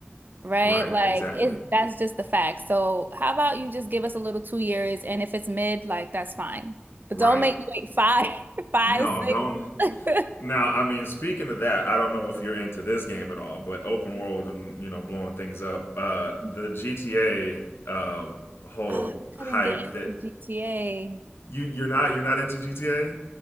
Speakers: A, on the right; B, on the left.
A: Right?
B: Right.
A: Like
B: Exactly.
A: it that's just the fact. So how about you just give us a little two years and if it's mid, like that's fine. But
B: Right.
A: don't make me wait five, <laughs> five,
B: No,
A: six.
B: don't.
A: <laughs>
B: Now, I mean, speaking of that, I don't know if you're into this game at all, but open world and you know blowing things up. Uh, the
A: Oh,
B: GTA um, whole
A: I
B: hype
A: couldn't get into
B: that
A: GTA.
B: you you're not you're not into GTA.